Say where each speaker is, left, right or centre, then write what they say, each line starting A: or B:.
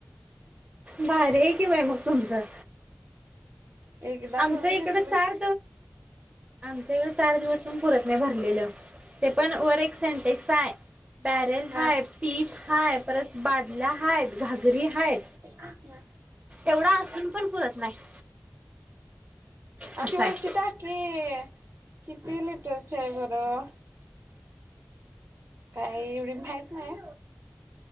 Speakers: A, on the right; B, on the right.
A: भारीय की बाय मग तुमचं.
B: एकदा
A: आमचं
B: भरून
A: इकडं
B: घेतलं
A: चार आमच्या इकडे चार दिवस पण पुरत नाही भरलेलं, ते पण वर एक सेंटेक्स चाय बॅरेल
B: ह
A: हाय, पीप हाय, परत बादला हायत, घागरी हाय.
B: <unintelligible>
A: एवढ असून पण पुरत नाही.
B: आमची
A: असं
B: वरची
A: आहे
B: टाकी किती लिटरची आहे बरं? काय एवढी माहीत नाही.